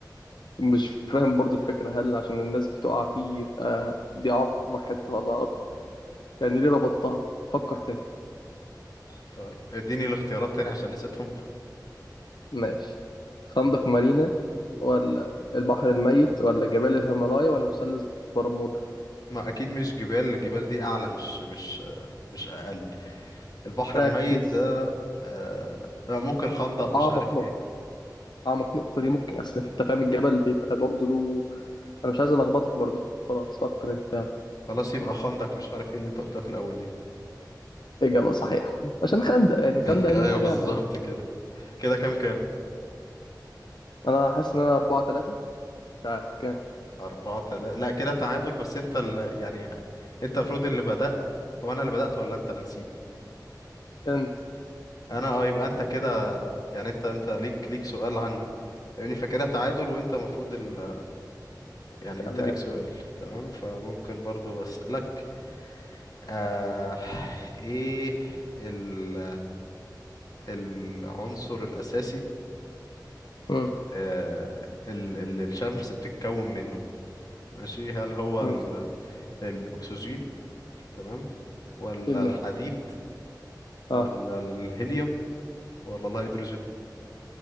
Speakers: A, on the left; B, on the left.
A: مش فاهم برضو الفكرة هل عشان الناس بتقع فيه يبقى دي أعمق حتة على الأرض؟ يعني ليه ربطتها؟ فكر تاني
B: طيب اديني الاختيارات تاني عشان نسيتهم
A: ماشي خندق مارينا ولا البحر الميت ولا جبال الهيمالايا ولا مثلث برمودا؟
B: ما اكيد مش جبال الجبال دي اعلى مش مش آه، مش اقل البحر
A: ركز
B: الميت ده آه، آه، ممكن خندق مش
A: أعمق
B: عارف ايه
A: نقطة اعمق نقطه دي ممكن اصل انت فاهم الجبل بيبقى برضه له انا مش عايز الخبطك برضه خلاص فكر انت يلا
B: خلاص يبقى خندق مش عارف ايه اللي انت قلتها في الاول دي
A: اجابه صحيحه عشان خندق يعني خندق
B: <laughs> ايوه
A: يعني حاجه
B: بالظبط كده كده كام كام
A: انا حاسس ان انا أربعة تلاتة مش عارف كام
B: أربعة تلاتة لا كده تعادل بس انت اللي يعني انت المفروض اللي بدأت هو انا اللي بدأت ولا انت انا نسيت
A: انت
B: انا اه يبقى انت كده يعني انت انت ليك ليك سؤال عني فاهمني فكده تعادل وانت المفروض ال... يعني
A: تمام
B: انت ليك سؤال تمام فممكن برضو أسألك آه... ايه ال... العنصر الأساسي
A: امم
B: آه... ال... ال... الشمس بتتكون منه ماشي هل هو
A: امم
B: ال... الاكسجين تمام ولا
A: ايه لا
B: الحديد
A: اه
B: ولا الهيليوم ولا الهيدروجين